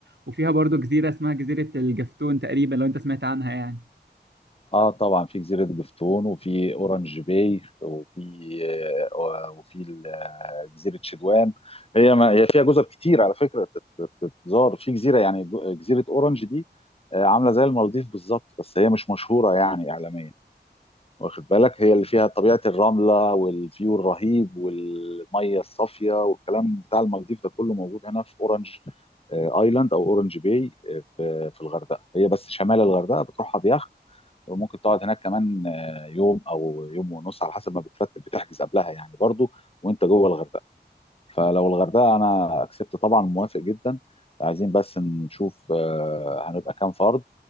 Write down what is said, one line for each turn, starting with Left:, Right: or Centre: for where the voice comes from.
Right: وفيها برضو جزيره اسمها جزيره الجفتون تقريبا لو انت سمعت عنها يعني
Left: اه طبعا في جزيره جفتون وفي اورانج باي وفي آه، وفي ال- آه، جزيره شدوان هي ما هي فيها جزر كتير على فكره تت- تت- تتزار في جزيره يعني جو- جزيره اورانج دي آه، عامله زي المالديف بالظبط بس هي مش مشهوره يعني اعلاميا واخد بالك هي اللي فيها طبيعه الرمله والفيو الرهيب والميه الصافيه والكلام بتاع المالديف ده كله موجود هنا في اورانج آه، ايلاند او اورانج باي آه، في في الغردقه هي بس شمال الغردقه بتروحها بيخت وممكن تقعد هناك كمان آه، يوم او يوم ونص على حسب ما بترتب بتحجز قبلها يعني برضو وانت جوه الغردقه فلو الغردقه انا اكسبت طبعا موافق جدا عايزين بس نشوف آه، هنبقى كام فرد